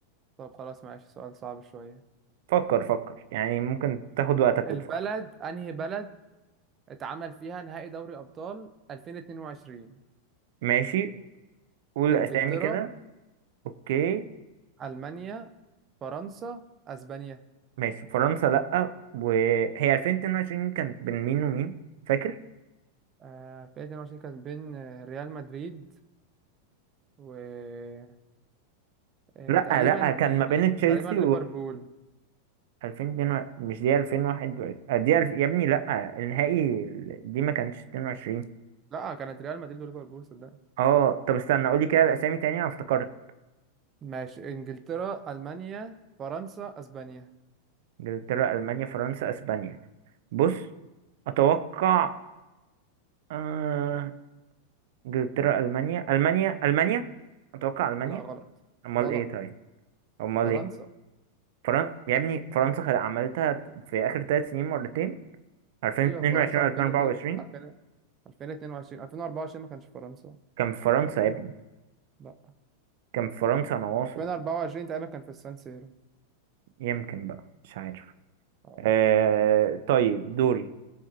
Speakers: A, on the right; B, on the right.
A: طب خلاص ماشي سؤال صعب شوية
B: فكر فكر يعني ممكن تاخد وقتك
A: البلد
B: وتفكر
A: انهي بلد اتعمل فيها نهائي دوري ابطال 2022
B: ماشي قول
A: انجلترا
B: اسامي كده اوكي
A: المانيا فرنسا اسبانيا
B: ماشي فرنسا لا وهي 2022 كانت بين مين ومين فاكر
A: آه، 2022 كانت بين آه، ريال مدريد و آه،
B: لا
A: تقريبا
B: لا كان ما بين
A: آه،
B: تشيلسي
A: تقريبا ليفربول
B: 2002 مش دي 2021 آه، دي الف... يا ابني لا النهائي ال- دي ما كانتش 22
A: لا كانت ريال مدريد وليفربول صدقني
B: اه طب استنى قولي كده الاسامي تاني انا افتكرت
A: ماشي انجلترا المانيا فرنسا اسبانيا
B: انجلترا المانيا فرنسا اسبانيا بص اتوقع آه... انجلترا المانيا المانيا المانيا اتوقع المانيا
A: لا غلط
B: امال
A: غلط
B: ايه طيب امال
A: فرنسا
B: ايه فرن... يا ابني فرنسا خد- عملتها في اخر ثلاث سنين مرتين 2022
A: ايوه فرنسا
B: 2024
A: 2002 2000 2022 2024 ما كانش في فرنسا
B: كان في فرنسا يا ابني
A: لا
B: كان في فرنسا انا واثق
A: 2024 تقريبا كان في السان سيرو
B: يمكن بقى مش عارف
A: آه،
B: آه طيب دوري